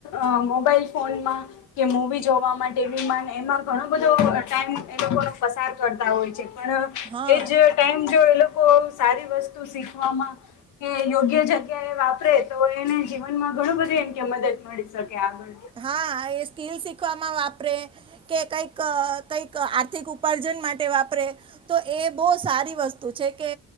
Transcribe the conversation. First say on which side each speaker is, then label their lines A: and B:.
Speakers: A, on the left; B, on the right.
A: અ મોબાઈલ ફોનમાં કે મૂવી જોવામા ટી વી મા એમાં ઘણો બધો ટાઈમ એ લોકો પસાર કરતા હોય છે પણ
B: હા
A: એજ ટાઈમ જો એ લોકો સારી વસ્તુ શીખવામાં કે યોગ્ય જગ્યા એ વાપરે તો એને જીવનમાં ઘણું બધું એમ કે શકે આગળ.
B: હા એ સ્કીલ શીખવામાં વાપરે કે કંઈક કઈક આર્થિક ઉપ પર્જન માટે વાપરે તો એ બહુ સારી વસ્તુ છે કે